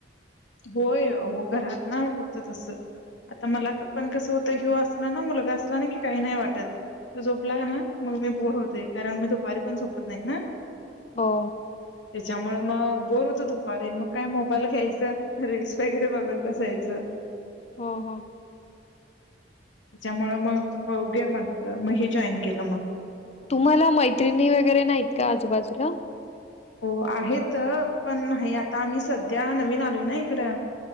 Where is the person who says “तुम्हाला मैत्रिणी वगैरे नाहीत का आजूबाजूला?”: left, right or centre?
Left